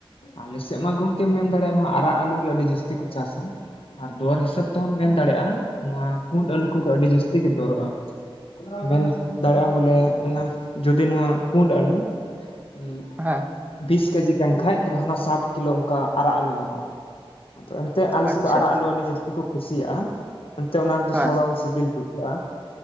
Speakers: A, on the left; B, on the right.
A: ᱟᱞᱮ ᱥᱮᱫ ᱢᱟ ᱜᱚᱝᱠᱮᱢ ᱢᱮᱱ ᱫᱟᱲ ᱱᱚᱣᱟ ᱟᱨᱟᱜ ᱟᱹᱞᱩ ᱜᱮ ᱟᱹᱰᱤ ᱡᱟᱹᱥᱛᱤ ᱠᱚ ᱪᱟᱥᱟ ᱟᱨ ᱫᱚᱨ ᱦᱤᱥᱟᱹᱵ ᱛᱮᱦᱚᱸ ᱢᱮᱱ ᱫᱟᱲᱮᱭᱟᱜᱼᱟ ᱱᱚᱣᱟ ᱯᱩᱸᱰ ᱟᱹᱞᱩ ᱠᱚ ᱫᱚ ᱟᱹᱰᱤ ᱡᱟᱹᱥᱛᱤ ᱜᱮ ᱫᱚᱨᱚᱜᱼᱟ ᱾ ᱢᱮᱱ ᱫᱟᱲᱮᱭᱟᱜ ᱟᱢ ᱵᱚᱞᱮ ᱚᱱᱟ ᱡᱩᱫᱤ ᱱᱚᱣᱟ ᱯᱩᱰ ᱟᱹᱞᱩ ᱾ <unintelligible>
B: ᱦᱮᱸ
A: ᱵᱤᱥ ᱠᱮᱡᱤ ᱠᱟᱱ ᱠᱷᱟᱡ ᱛᱚᱵᱮ ᱦᱟᱱᱟ ᱥᱟᱴ ᱠᱤᱞᱳ ᱚᱱᱠᱟ ᱟᱨᱟᱜ ᱟᱞᱚ ᱧᱟᱢᱚᱜᱼᱟ᱾ ᱟᱫᱚ ᱮᱱᱛᱮ ᱟᱞᱮᱥᱮᱫ
B: ᱟᱪᱪᱷᱟ
A: ᱫᱚ ᱟᱨᱟᱜ ᱟᱹᱞᱩ ᱟᱹᱰᱤ ᱡᱟᱹᱥᱛᱤ ᱠᱚ ᱠᱩᱥᱤᱭᱟᱜᱼᱟ ᱮᱱᱛᱮ ᱚᱱᱟ ᱨᱮᱫᱚ
B: ᱦᱮᱸ
A: ᱥᱚᱲᱚᱢ ᱥᱤᱵᱤᱞ ᱵᱩᱡᱷᱟᱹᱜᱼᱟ᱾ ᱤᱭᱟᱹ-ᱟ